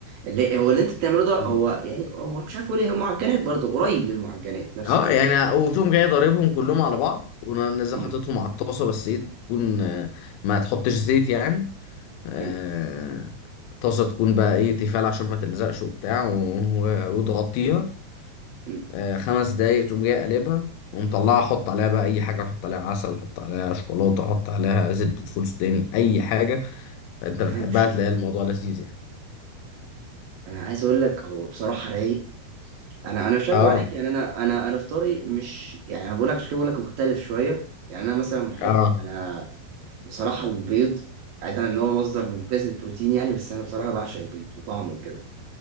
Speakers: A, on the right; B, on the left.
A: اللي هو اللي انت بتعمله ده
B: يعني
A: هو يعني هو مش عارف اقول ايه هو معجنات برضه قريب للمعجنات نفس
B: اه
A: الفكره
B: يعني وتقوم جاي ضاربهم كلهم على بعض ونزل
A: امم
B: حاططهم على الطاسه بس ايه تكون آه، ما تحطش زيت يعني آه،
A: امم
B: الطاسه تكون بقى ايه تيفال عشان ما تلزقش وبتاع و- و- وتغطيها
A: امم
B: آه، خمس دقايق تقوم جاي قلبها ومطلعها احط عليها بقى اي حاجه احط عليها عسل احط عليها شوكولاته احط عليها زبده فول سوداني اي حاجه انت
A: بالهنا
B: بتحبها
A: والشفا
B: تلاقي الموضوع لذيذ يعني
A: انا عايز اقول لك هو بصراحه رايق انا انا مش هكدب
B: اه
A: عليك يعني انا انا انا فطاري مش يعني انا بقول لك عشان كده بقول لك مختلف شويه يعني انا مثلا بحب
B: اه
A: انا بصراحه البيض بعيدا ان هو مصدر ممتاز للبروتين يعني بس انا بصراحه بعشق البيض وطعمه وكده